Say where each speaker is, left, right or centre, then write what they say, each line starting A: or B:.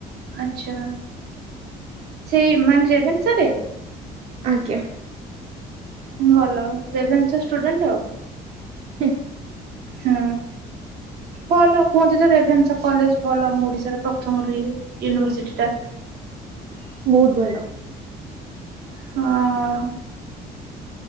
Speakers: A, on the right; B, on the right.
A: ଆଛା ସେଇ ମାନେ ରେଭେନ୍ସାରେ?
B: ଆଜ୍ଞା
A: ଭଲ ରେଭେନ୍ସା ଷ୍ଟୁଡେଣ୍ଟ୍ ଆଉ
B: ହ
A: ହଁ ଭଲ କୁହନ୍ତି ତ ରେଭେନ୍ସା କଲେଜ ଭଲ ଆମ ଓଡିଶାରେ ପ୍ରଥମ ରୁହେ ୟୁନିଭର୍ସିଟିଟା । <inaudible>
B: ବହୁତ ଭଲ
A: ହଁ